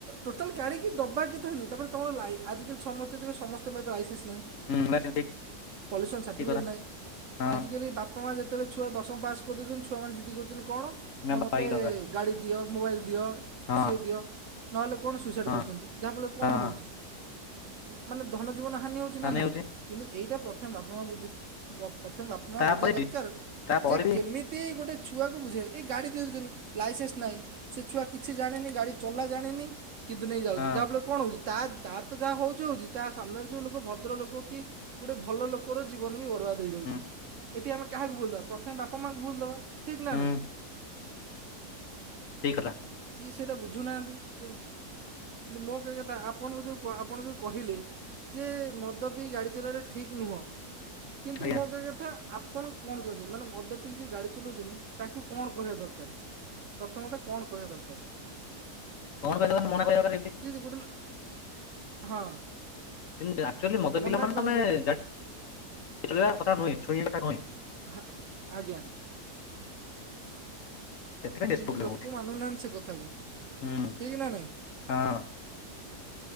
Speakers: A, on the right; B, on the left.
A: ଟୋଟାଲ୍ ଗାଡ଼ିିକି ଦବାକତା ନି ତାପରେ ତମର ଲାଇ ଆଜିକାଲି ସମତେ ଦେଖ୍ ସମସ୍ତ ପାଖ ଲାଇସେନ୍ସ ନାହିଁ।
B: ହୁଁ <unintelligible>
A: ପଲି୍ୟୁସନ୍ ସାର୍ଟିଫିକେଟ୍
B: ଠିକ କଥା
A: ନାଇଁ
B: ହଁ
A: ଆଜିକାଲି ବାପ ବାପା ମା ଯେତେଳେ ଛୁଆ ଦଶମ ପାସ୍ କରି ଦେଉଛନ୍ତି ଛୁଆମାନେ ଜିଦି କରଛନ୍ତି କଣ ନା
B: ବାଇକ୍
A: ମତେ
B: ଦରକାର
A: ଗାଡ଼ି ଦିଅ ମୋବାଇଲ ଦିଅ
B: ହଁ
A: ସିଏ ଦିଅ। ନହେଲେ କଣ ସୁଇସାଇଡ଼
B: ହଁ
A: କରୁଛନ୍ତି ଯାହାଫଳରେ କଣ
B: ହଁ
A: ହୋଉଛି ମାନେ ଧନ ଜୀବନ ହାନି ହେଉଛି।
B: ହଁ
A: ନା
B: ନେଇଯାଉଛି
A: ନାଇଁ। ଏଇଟା ପ୍ରଥମେ ବାପା ମା ବୁଝି ପ୍ରଥମେ ବାପା ମା
B: ତାପରେ
A: ବୁଝିବା ଦରକାର
B: ବି ତାପରେ
A: ଯେ
B: ବି
A: କେମି ଏତେ ଗୋଟେ ଛୁଆକୁ ବୁଝେ ଏ ଗାଡ଼ି ଦେଇ ଦେଉଚନ୍ତି ଲାଇସେନ୍ସ ନାହିଁ। ସେ ଛୁଆ କିଛି ଜାଣିନି ଗାଡି ଚଲା ଜାଣିନି କିନ୍ତୁ ନେଇଯାଉଚି
B: ହଁ
A: ଯାହାଫଳରେ କଣ ହେଉଚି ତା ତାରତ ଯାହା ହେଉଚି ହେଉଚି ତାସାମ୍ନାରେ ଯେଉଁ ଲୋକ ଭଦ୍ରଲୋକ କି ଗୋଟେ ଭଲ ଲୋକର ଜୀବନ ବି ବର୍ବାଦ ହେଇଯାଉଚି
B: ହୁଁ
A: ଏଠି ଆମେ କାହାକୁ ଭୁଲ ଦବା ପ୍ରଥମେ ବାପା ମାଆଙ୍କୁ ଭୁଲ ଦବା। ଠିକ ନା
B: ହୁଁ
A: ନାଇଁ।
B: ଠିକ୍ କଥା।
A: ସିଏ ସେଟା ବୁଝୁନାହାନ୍ତି, କେ କିନ୍ତୁ ମୋ କହିବା କଥା ଆପଣ ଯୋଉ ଆପଣ ଯୋଉ କହିଲେ ଯେ ମଦ ପିଇ ଗାଡ଼ି ଚଲେଇବାଟା ଠିକ ନୁହଁ, କିନ୍ତୁ
B: ଆଜ୍ଞା
A: ମୋ କହିବା କଥା ଆପଣ କଣ ଚାହୁଛନ୍ତି ମାନେ ମଦ ପିିଇକି ଯୋଉ ଗାଡି ଚଲଉଛନ୍ତି ତାଙ୍କୁ କଣ କହିବା ଦରକାର। ପ୍ରଥମତ କଣ କହିବା ଦରକାର?
B: <unintelligible>
A: ସେ ଯେ ଗୋଟେ ହଁ।
B: କିନ୍ତୁ ଆକ୍ଚୁଲି ମଦ
A: ମନା
B: ପିଲା ମାନେ
A: କରିବ
B: ତମେ <unintelligible> କଥା ନୁହେଁ, ଛୁଇଁବା କଥା ନୁହେଁ।
A: ହଁ ଆଜ୍ଞା।
B: ସେଥିପାଇଁ ବେଶୀ
A: କିନ୍ତୁ
B: ପ୍ରୋବ୍ଲେମ
A: ଲୋକ
B: ହଉଛି
A: ମାନୁନାହାନ୍ତି, ସେ କଥାକୁ
B: ହୁଁ
A: ଠିକ ନା ନାଇଁ।
B: ହଁ।